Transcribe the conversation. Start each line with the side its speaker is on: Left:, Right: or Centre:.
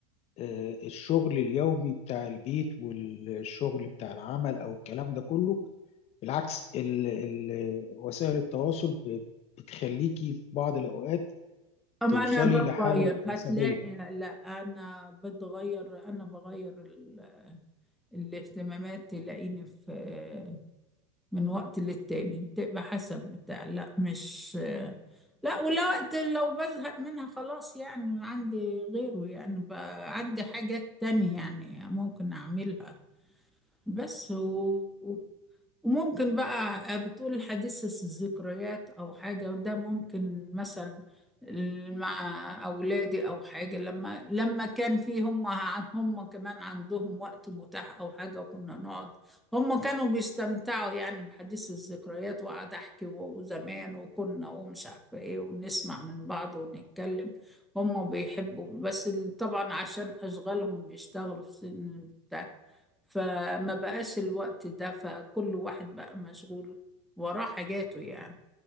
Left: آه، الشغل اليومي بتاع البيت والشغل بتاع العمل أو الكلام ده كله بالعكس ال ال وسائل التواصل ب- بتخليكي في بعض الأوقات
Centre: أما
Left: توصلي
Centre: أنا
Left: لحالة
Centre: بغير هتلاقي
Left: عصبية
Centre: لا أنا بتغير أنا بغير ال... الاهتمامات تلاقيني في من وقت للتاني بتبقى حسب بتاع لا مش لا ولا وقت لو بزهق منها خلاص يعني عندي غيره يعني بقى عندي حاجات تانية يعني ممكن أعملها بس و... وممكن بقى آه، بتقول حديث الذكريات او حاجه وده ممكن مثلا مع اولادي او حاجه لما لما كان في هم عن- هم كمان عندهم وقت متاح او حاجه وكنا نقعد هم كانوا بيستمتعوا يعني بحديث الذكريات وقعد احكي و- وزمان وكنا ومش عارفه ايه ونسمع من بعض ونتكلم هم بيحبوا بس ال- طبعا عشان اشغالهم بيشتغلوا في سن بتاع، فما بقاش الوقت ده فكل واحد بقى مشغول وراه حاجاته يعني